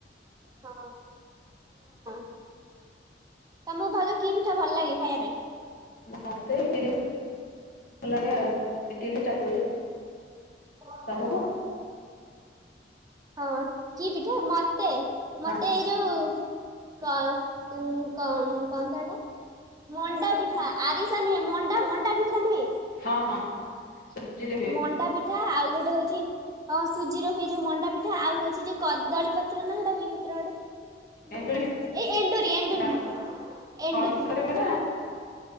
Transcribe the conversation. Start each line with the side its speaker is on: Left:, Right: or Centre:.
Right: ହଁ ହଁ ତମକୁ ଭାଉଜ କି ପିଠା ଭଲ ଲାଗେ ଖାଇବା ପାଇଁ।
Left: ମତେ ଇଟିଲି ଭଲ ଲାଗେ ଆଉ ଇଟଲି ଚକୁଳି।
Right: କୁଅ ହ।
Left: ତମକୁ
Right: ହଁ କି ପିଠା ମତେ ମତେ
Left: ହଁ
Right: ଏଇ ଯୋଉ କଣ ଉଁ କଣ କଣ ତ ଏଟା ମଣ୍ଡା ପିଠା ଆରିସା ନୁହେଁ ମଣ୍ଡା ମଣ୍ଡା ପିଠା ନୁହେଁ।
Left: ହଁ ହଁ ସୁଜିରେ ହୁଏ।
Right: ମଣ୍ଡା ପିଠା ଆଉ ଗୋଟେ ହଉଛି ହଁ ସୁଜିରେ ହୁଏ ଯୋଉ ମଣ୍ଡା ପିଠା ଆଉ ହଉଛି ଯୋଉ କଦଳୀ ପତ ପତ୍ର ନା ଏଟା କି ପତ୍ର ଗୋଟେ
Left: ଏଣ୍ଡୁରି
Right: ଉଁ ଏଇ ଏଣ୍ଡୁରି ଏଣ୍ଡୁରି
Left: ପିଠା
Right: ପିଠା ଏଣ୍ଡୁରି
Left: ହଳଦୀ ପତ୍ରରେ
Right: ପି
Left: ହୁଏ ନା